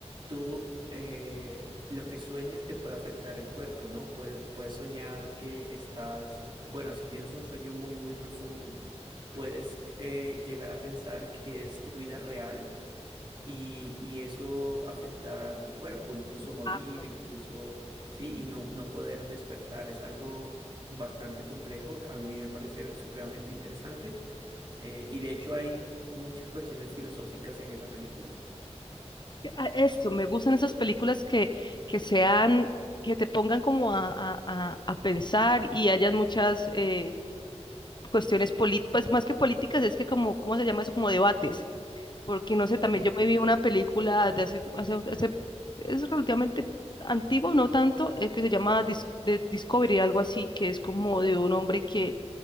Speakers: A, on the right (about 40°); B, on the left (about 40°).
A: tú eh, lo que sueñas te puede afectar el cuerpo, ¿no? Puedes, puedes soñar que estás, bueno, si tienes un sueño muy, muy profundo, puedes eh, llegar a pensar que es tu vida real y, y eso afectar tu cuerpo, incluso
B: Exacto.
A: morir, incluso, sí, y no, no poder despertar. Es algo bastante complejo. A mí me parece supremamente interesante. Eh, y de hecho hay muchas cuestiones filosóficas en esa película.
B: Ah, Eso, me gustan esas películas que, que sean, que te pongan como a, a, a- a pensar y hayan muchas eh, cuestiones políticas, pues más que políticas, es que como, ¿cómo se llama eso? Como debates. Porque no sé, también
A: Y es
B: yo
A: que,
B: me vi una película de hace, hace, hace- es relativamente antigua, no tanto, eh, que se llama Dis- de Discovery, algo así, que es como de un hombre que,